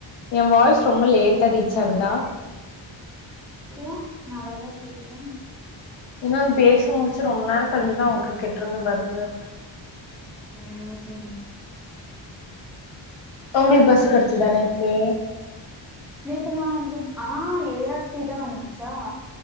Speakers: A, on the left; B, in the centre.
A: எ வாய்ஸ் ரொம்ப லேட்டா ரீச் ஆகுதா
B: இல்லயே நாலதா தைக்கற
A: ஏனா பேசி முடிச்சு ரொம்ப நேரோ கழிச்சுதா அவுங்க கிட்ட இருந்து பதில் வருது
B: ம் ம்
A: உங்களுக்கு பஸ்ஸூ கிடச்சுதா நேத்து
B: நேத்து நா <inaudible> ஆ ஏஆர்சி தா வந்துச்சா